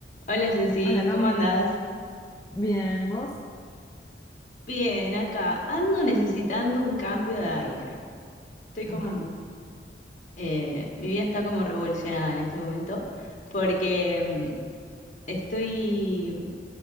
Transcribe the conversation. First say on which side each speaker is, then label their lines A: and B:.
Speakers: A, on the left (about 45°); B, on the left (about 20°).
A: Hola Jessy,
B: Hola Cami,
A: ¿cómo andás?
B: bien, ¿vos?
A: Bien, acá ando necesitando un cambio de aire. Estoy con...
B: Ajá,
A: eh, mi vida está como revolucionada en este momento porque mm, estoy